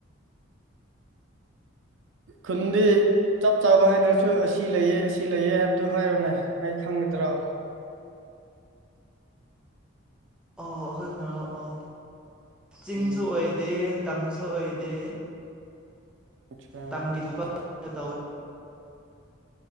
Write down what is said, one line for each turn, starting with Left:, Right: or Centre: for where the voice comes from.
Right: ꯈꯨꯟꯗꯤ ꯆꯞ ꯆꯥꯕ ꯍꯥꯏꯗ꯭ꯔꯁꯨ ꯑꯁꯤ ꯂꯩꯑꯦ ꯑꯁꯤ ꯂꯩꯑ ꯍꯥꯏꯕꯗꯨ ꯍꯥꯏꯔꯣꯅꯦ ꯑꯩ ꯈꯪꯒꯗ꯭ꯔꯣ
Centre: ꯑꯣ ꯑꯩꯈꯣꯏ ꯈꯔꯔꯑꯣ ꯑꯣ ꯆꯤꯡꯁꯨ
Right: ꯎꯝ
Centre: ꯑꯣꯏꯗꯦ ꯇꯝꯁꯨ ꯑꯣꯏꯗꯦ
Right: ꯑꯆꯥ
Centre: ꯇꯝꯒꯤ ꯊꯕꯛ ꯇꯧꯋꯤ